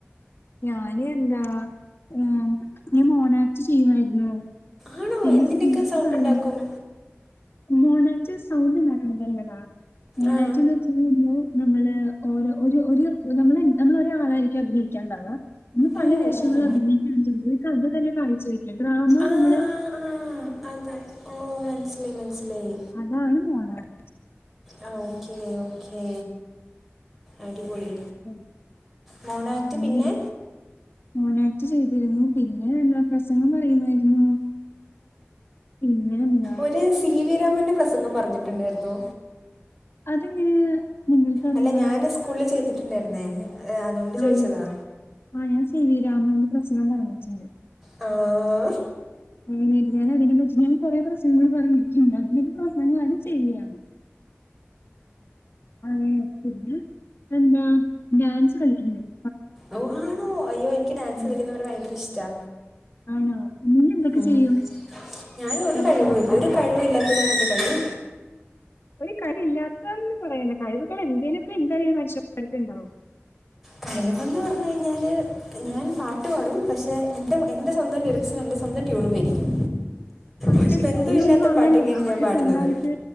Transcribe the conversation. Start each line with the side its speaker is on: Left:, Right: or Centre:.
Left: ഞാന് ന്താ ആ മോണാക്ക്റ്റ് ചെയ്യുമായിരുന്നു.
Centre: ആണോ
Left: പിന്നെ
Centre: എന്തിൻ്റെയൊക്കെ
Left: സ്പീച്ച്
Centre: സൗണ്ട്
Left: പറയും.
Centre: ഉണ്ടാക്കും
Left: മോണെക്ട് സൗണ്ട് ണ്ടാക്ക്ണതല്ലടാ. മോണക്ട്
Centre: ആ
Left: ന്ന് ച്ചയിഞ്ഞാല് നമ്മള് ഓര ഒരു ഒരു നമ്മളെന്താ നമ്മൾ ഒരാളായിരിക്കും അഭിനയികാണ്ടാവ ഇന്ന് പല
Centre: ഉം,
Left: വേഷങ്ങളഭിനയിച്ചയിഞ്ഞാ
Centre: ഉം.
Left: ഒരു കഥ തന്നെ <unintelligible> ഡ്രാമ
Centre: ആ
Left: നമ്മൾ
Centre: ആ ആ അത് ഓ മനസ്സിലായി മനസ്സിലായി.
Left: അതാണ് മോണക്ട്.
Centre: ആ ഓക്കെ ഓക്കേ അടിപൊളി.
Left: <unintelligible>
Centre: മോണാക്ട് പിന്നെ
Left: മോണാക്ട് ചെയ്തിരുന്നു. പിന്നെന്താ പ്രസംഗം പറയുമായിരുന്നു. പിന്നെന്താ
Centre: ഒരു സി വി രാമുന്റെ പ്രസംഗം പറഞ്ഞിട്ടുണ്ടായിരുന്നോ?
Left: അതെങ്ങനെ? നിങ്ങൾക്കറിയാ?
Centre: അല്ല ഞാന് സ്കൂളിൽ ചെയ്തിട്ടുണ്ടായിരുന്നേ ഏ, അതുകൊണ്ട് ചോദിച്ചതാ
Left: ആണ് ആ ഞാൻ സി വി രാമുന്റെ പ്രസംഗം പറഞ്ഞിട്ടുണ്ട്.
Centre: ആ ആ
Left: അ ഞാനതിനെപ്പറ്റി ഞാൻ കൊറെ പ്രസംഗം പറഞ്ഞിട്ടുണ്ട് അതിലൊരു പ്രസംഗാണ്. ശരിയാ <inaudible> അതെ. പിന്നെന്താ ഡാൻസ് കളിക്കുന്നുണ്ട്.
Centre: ഓ ആണോ അയ്യോ എനിക്ക് ഡാൻസ്
Left: ഉം.
Centre: കളിക്കുന്നോരെ ഭയങ്കര ഇഷ്ടാ
Left: ആണോ? നീ എന്തൊക്കെ
Centre: ഉമ്.
Left: ചെയ്യും?
Centre: ഞാൻ ഒരു
Left: പറ
Centre: കഴിവും
Left: കേൾക്കാം.
Centre: ഇല്ല ഒരു കഴിവുല്ലാത്തതാണെന്റെ കഴിവ്.
Left: ഒരു കഴിവില്ലാത്തതന്ന് പറയണ്ട. കഴിവുകൾ എന്തേലെക്കെ എന്തായാലും മനുഷ്യണ്ടാവും.
Centre: കഴിവെന്ന് പറഞ്ഞയിഞ്ഞാൽ ഞാൻ പാട്ട് പാടും പക്ഷേ എൻ്റെ എൻ്റെ സ്വന്തം ലിറിക്സും. എൻ്റെ സ്വന്തം ട്യൂണും ആയിരിക്കും.
Left: അത്
Centre: ഒരു
Left: ശെരി.
Centre: ബന്ധമില്ലാത്ത
Left: അതൊരു കഴിവാണല്ലോ.
Centre: പാട്ടൊക്കെയാണ്
Left: നമ്മക്കിപ്പന്തായിട്ട്
Centre: ഞാൻ പാടുന്നത്